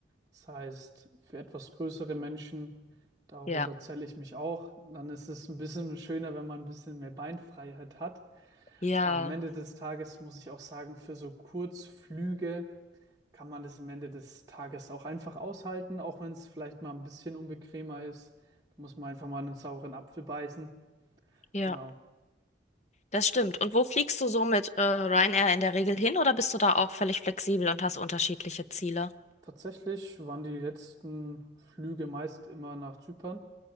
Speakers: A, on the right; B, on the left.
A: Das heißt, für etwas größere Menschen, darunter
B: ja,
A: zähle ich mich auch, dann ist es ein bisschen schöner, wenn man ein bisschen mehr Beinfreiheit hat.
B: ja,
A: Aber am Ende des Tages muss ich auch sagen, für so Kurzflüge kann man das am Ende des Tages auch einfach aushalten, auch wenn es vielleicht mal ein bisschen unbequemer ist. Da muss man einfach mal einen sauren Apfel beißen.
B: ja,
A: Genau.
B: das stimmt. Und wo fliegst du so mit äh, Ryanair in der Regel hin oder bist du da auch völlig flexibel und hast unterschiedliche Ziele?
A: Tatsächlich waren die letzten Flüge meist immer nach Zypern.